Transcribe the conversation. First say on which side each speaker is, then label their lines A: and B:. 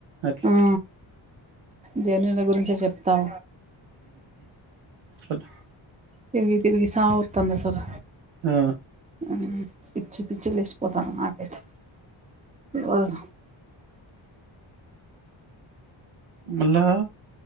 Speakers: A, on the right (about 80°); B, on the right (about 15°).
A: అట్లా
B: ఆ జర్నీల గురించే చెప్తావ
A: అట్
B: తిరిగి తిరిగి సావువాత్తంది అసలు
A: ఆ
B: ఆ పిచ్చి పిచ్చి లేసి పోతన నాకైతే రోజు
A: మళ్ళా